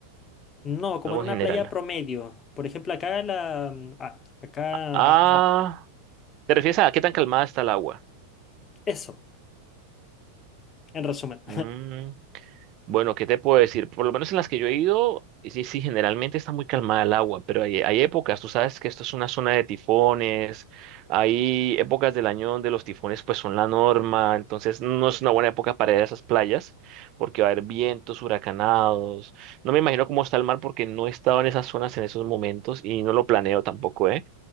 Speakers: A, on the left (about 25°); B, on the right (about 40°).
A: No, como
B: algo
A: en una
B: en general?
A: playa promedio. Por ejemplo, acá la... mm, a- acá...
B: Ah,
A: a- a-
B: ¿te refieres a qué tan calmada está el agua?
A: eso, en resumen.
B: Mm, Bueno, ¿qué te puedo decir? Por lo menos en las que yo he ido, sí, sí, generalmente está muy calmada el agua, pero hay, hay épocas, tú sabes que esto es una zona de tifones, hay épocas del año donde los tifones pues son la norma, entonces no es una buena época para ir a esas playas porque va a haber vientos huracanados. No me imagino cómo está el mar porque no he estado en esas zonas en esos momentos y no lo planeo tampoco, ¿eh?